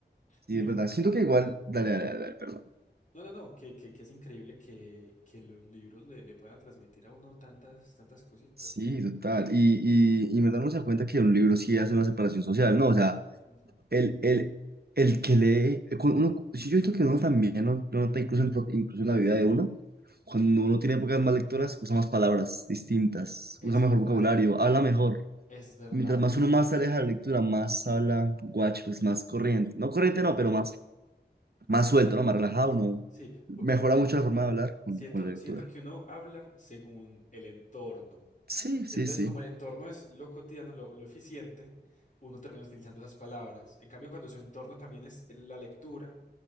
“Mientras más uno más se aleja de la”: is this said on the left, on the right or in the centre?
Right